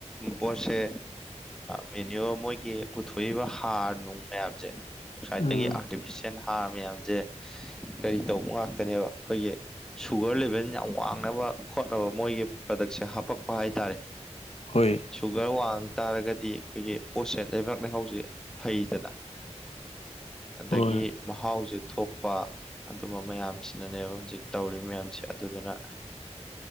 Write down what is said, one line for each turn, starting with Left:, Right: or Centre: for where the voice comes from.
Centre: ꯄꯣꯁꯦ ꯃꯦꯅꯤꯌ ꯃꯣꯏꯒꯤ ꯄꯨꯊꯣꯛꯏꯕ ꯍꯥꯔ ꯅꯨꯡ ꯃꯌꯥꯝꯁꯦ ꯁ꯭ꯋꯥꯏꯠꯇꯒꯤ
Left: ꯎꯝ
Centre: ꯑꯥꯔꯇꯤꯐꯤꯁꯦꯜ ꯍꯥꯔ ꯃꯌꯥꯝꯁꯦ ꯀꯔꯤ ꯇꯧꯕ ꯉꯥꯛꯇꯅꯦꯕ ꯑꯩꯈꯣꯏꯒꯤ ꯁꯨꯒꯔ ꯂꯦꯚꯦꯜ ꯌꯥꯝ ꯋꯥꯡꯅꯕ ꯈꯣꯠꯅꯕ ꯃꯣꯏꯒꯤ ꯄ꯭ꯔꯗꯛꯁꯦ ꯍꯥꯄꯛꯄ ꯍꯥꯏꯇꯥꯔꯦ
Left: ꯍꯣꯏ
Centre: ꯁꯨꯒꯔ ꯋꯥꯡ ꯇꯥꯔꯒꯗꯤ ꯑꯩꯈꯣꯏꯒꯤ ꯄꯣꯠꯁꯦ ꯂꯩꯕꯥꯛ ꯂꯩꯍꯥꯎꯁꯦ ꯐꯩꯗꯅ ꯑꯗꯒꯤ
Left: ꯍꯣꯏ
Centre: ꯃꯍꯥꯎꯁꯦ ꯊꯣꯛꯄ ꯑꯗꯨꯝꯕ ꯃꯌꯥꯝꯁꯤꯅꯅꯦꯕ ꯍꯧꯖꯤꯛ ꯇꯧꯔꯤ ꯃꯌꯥꯝꯁꯦ ꯑꯗꯨꯗꯨꯅ